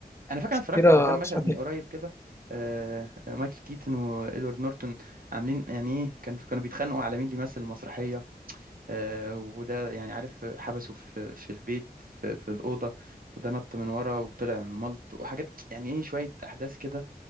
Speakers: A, on the left; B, on the right.
A: يعني
B: انا فاكر
A: ناس
B: أنا اتفرجت
A: كتيره
B: على كام مشهد
A: نصحتني
B: من
A: بيه
B: قريب كده آه آه، مايكل كيتن وادوارد نورتون عاملين يعني إيه، كان كانوا بيتخانقوا على مين اللي يمثل المسرحية آه، وده يعني عارف حبسه في في البيت في, في الأوضة وده نط من ورا وطلع ملط وحاجات يعني ايه شوية أحداث كده